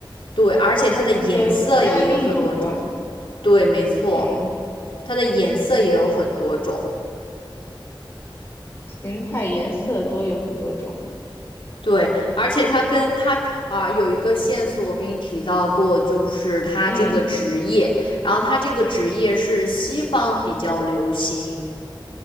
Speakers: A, on the left; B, on the left.
A: 对，而且它的颜色也有很多种。
B: 还和压力有关。
A: 对，没错，
B: 嗯，
A: 它的颜色也有很多种。
B: 形态、颜色都有很多种。
A: 对，而且它跟它啊、有一个线索，我给你提到过，就是它这个职业，
B: 嗯，
A: 然后它这个职业是西方比较流行，